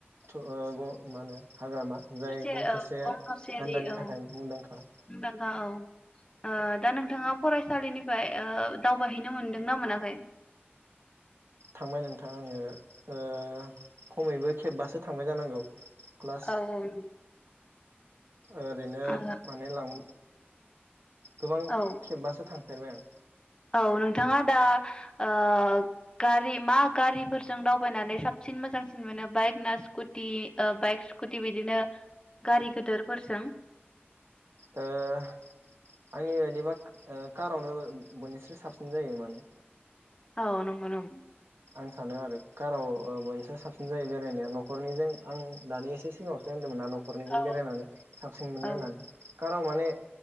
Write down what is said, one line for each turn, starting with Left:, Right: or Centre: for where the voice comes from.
Right: थु ओ व मा होनो हाग्रामा जाय
Left: थरसे
Right: गं
Left: औ
Right: थोसे
Left: गं थसेयारि
Right: गान्दानि
Left: औ
Right: थाखाय मुंदांखा
Left: मुंदांखा औ ओ दा नोंथाङा फरायसालिनिफ्राय ओ दावबायहैनो मोनदोंना मोनाखै?
Right: थांबाय नोंथां आङो ओ खमैबो खेबबासो थांबाय जानांगौ। प्लास
Left: औ औ
Right: ओरैनो
Left: नंगौ
Right: माने लां गोबां
Left: ओ
Right: खेबबासो थांफेरबाय आं
Left: औ नोंथाङा दा ओ गारि मा गारिफोरजों दावबायनानै साबसिन मोजांसिन मोनो बाइक ना स्कुटि ओ बाइक स्कुटि बिदिनो गारि गदोरफोरजों
Right: ओ आंनि बायदिबा ओ कारावनो बयनिस्राय साबसिन जायो माने
Left: औ नंगौ नं
Right: आं सानो आरो काराव ओ बयनिस्राय साबसिन जायो बेरायनाया न'खरनिजों आं दानि एसे सिगाङावसो होन दोंमोनना न'खरनिजों
Left: औ
Right: बेरायनानै साबसिन मोनो
Left: औ
Right: होननानै। कारन माने